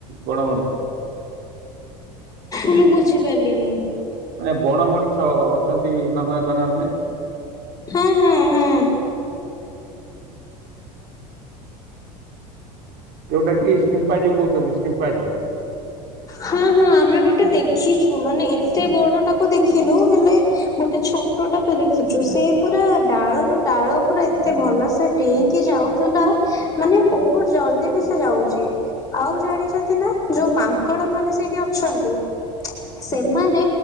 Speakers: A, on the right; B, on the left.
A: ବଣ ମଣିଷ?
B: ମୁଁ ବୁଝିପାରିଲିନି।
A: ମାନେ ବଣ ମଣିଷ ଅଛନ୍ତି ନନ୍ଦନ କାନନ ରେ
B: ହଁ ହଁ ହଁ
A: ଯୋଉଟା କି ସିମ୍ପାଜୀ କହୁଛନ୍ତି ସିମ୍ପାଜୀ।
B: ହଁ ହଁ ଆମେ ଗୋଟେ ଦେଖିଛୁ ମାନେ ଏତେ ଗୋଡଟାକୁ ଦେଖିନୁ, ହେଲେ ଗୋଟେ ଛୋଟଟାକୁ ଦେଖିଛୁ, ସେ ପୁରା ଡାଳରୁ ଡାଳ ପୁରା ଏତେ ଭଲସେ ଡେଇଁକି ଯାଉ ଥିଲା, ମାନେ ବହୁତ ଜଲଦି ବି ସେ ଯାଉଛି, ଆଉ ଜାଣିଛନ୍ତି ନା? ଯୋଉ ମାଙ୍କଡ ମାନେ ସେଇଠି ଅଛନ୍ତି?
A: <inaudible>
B: ସେମାନେ